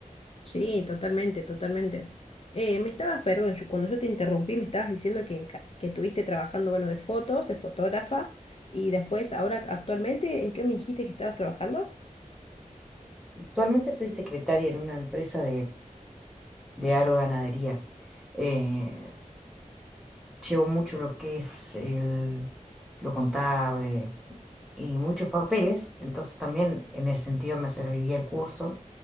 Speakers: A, on the left (about 50°); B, in the centre.
A: Sí, totalmente, totalmente. Eh, me estabas, perdón, yo- cuando yo te interrumpí, me estabas diciendo que, ca- que estuviste trabajando, bueno, de fotos, de fotógrafa, y después, ahora, actualmente, ¿en qué me dijiste que estabas trabajando?
B: Actualmente soy secretaria en una empresa de agroganadería. Eh, llevo mucho lo que es el, lo contable y muchos papeles, entonces también en ese sentido me serviría el curso